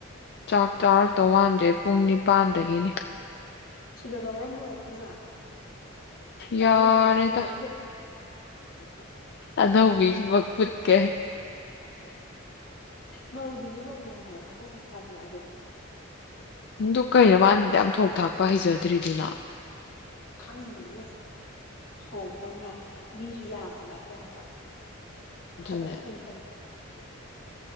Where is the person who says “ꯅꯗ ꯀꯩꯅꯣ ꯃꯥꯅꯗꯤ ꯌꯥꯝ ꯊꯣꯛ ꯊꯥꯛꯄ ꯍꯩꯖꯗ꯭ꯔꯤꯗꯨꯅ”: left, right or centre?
Left